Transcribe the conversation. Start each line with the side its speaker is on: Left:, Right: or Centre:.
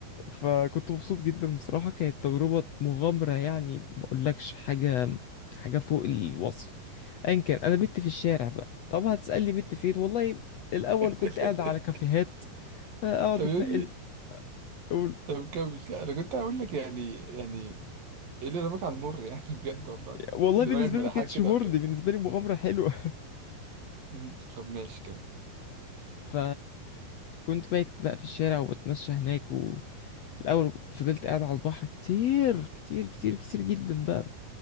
Left: فكنت مبسوط جدا بصراحة كانت تجربة مغامرة يعني ما اقولكش حاجة حاجة فوق الوصف ايا كان انا بت في الشارع بقى طب هتسألني بت فين والله الاول
Right: <laughs>
Left: كنت قاعد على كافيهات آه، اقعد
Right: طب يعني
Left: اتنقل أقول-
Right: طب كمل كمل. انا كنت هقول لك يعني يعني ايه اللي رماك على المر يعني <laughs> بجد والله
Left: والله
Right: دماغك
Left: بالنسبة
Right: ملاحاك
Left: لي ما كانتش
Right: كده
Left: مرضي
Right: ولا ايه
Left: بالنسبة لي مغامرة حلوة
Right: مم. طب ماشي كمل
Left: <laughs> ف كنت بايت بقى في الشارع وبتمشى هناك الاول فضلت قاعد على البحر كتير كتير كتير كتير جدا بقى